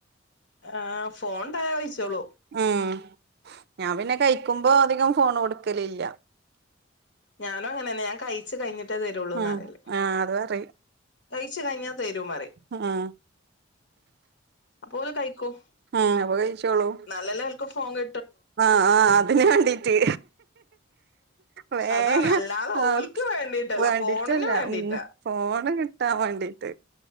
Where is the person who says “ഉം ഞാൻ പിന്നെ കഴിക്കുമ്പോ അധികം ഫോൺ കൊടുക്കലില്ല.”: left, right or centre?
Right